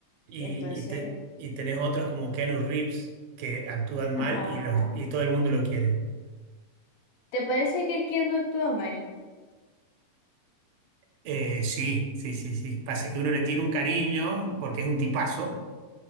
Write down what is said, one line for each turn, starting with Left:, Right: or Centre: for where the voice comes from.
Right: Y,
Left: Entonces,
Right: y, te- y tenés otros como Keanu Reeves que actúan
Left: ajá.
Right: mal y, los, y todo el mundo lo quiere.
Left: ¿Te parece que Keanu actúa mal?
Right: Eh, sí, sí, sí, sí. Pasa que uno le tiene un cariño porque es un tipazo